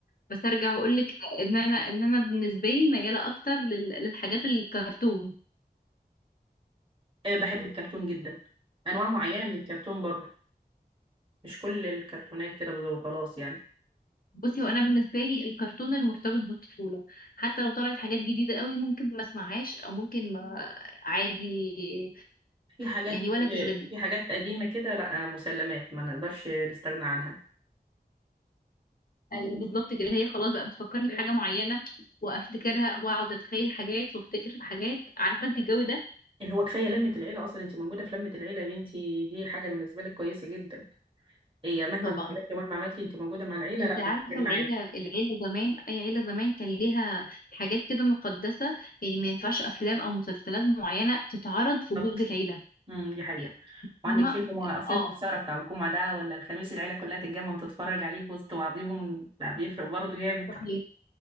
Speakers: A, on the left; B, on the right.
A: بس ارجع واقول لك ان انا ان انا بالنسبه لي مياله اكتر لل- للحاجات الكرتون
B: آه، بحب الكرتون جدا أنواع معينة من الكرتون برضه مش كل الكرتونات كده بز- وخلاص يعني
A: بصي هو انا بالنسبه لي الكرتون المرتبط بالطفوله حتى لو طلعت حاجات جديده قوي ممكن ما اسمعهاش او ممكن ما عادي
B: في حاجات
A: يعني ولا
B: آه،
A: تشغلني
B: في حاجات قديمة كده لا آه، مسلمات ما نقدرش نستغنى عنها
A: ايوه بالظبط كده هي خلاص بقى بتفكرني بحاجه معينه وافتكرها واقعد اتخيل حاجات وافتكر في حاجات عارفه انت الجو ده
B: اللي هو كفايه لمه العيله اصلا انت موجوده في لمه العيله يا بنتي دي حاجه بالنسبه لك كويسه جدا هي مهما
A: طبعا
B: اتفرجتي ومهما عملتي انت موجوده مع العيله
A: انت
B: لا
A: عارفه
B: بتفرق معاك
A: العيله العيله زمان اي عيله زمان كان ليها حاجات كده مقدسه يعني ما ينفعش افلام او مسلسلات معينه تتعرض في
B: بالظبط
A: وجود العيله
B: امم دي حقيقه وعندك
A: فاهمه
B: فيلم مع- فيلم
A: اه
B: السهره بتاع الجمعه ده ولا الخميس العيله كلها تتجمع وتتفرج عليه في وسط بعضهم لا بيفرق برضه جامد
A: صحيح.